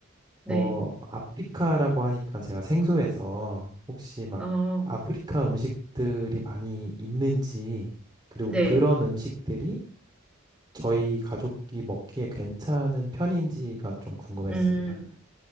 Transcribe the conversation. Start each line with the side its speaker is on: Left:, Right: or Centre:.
Centre: 네.
Right: 어, 아프리카라고 하니까 제가 생소해서 혹시 막
Centre: 어,
Right: 아프리카 음식들이 많이 있는지, 그리고
Centre: 네.
Right: 그런 음식들이 저희 가족이 먹기에 괜찮은 편인지가 좀 궁금했습니다.
Centre: 음.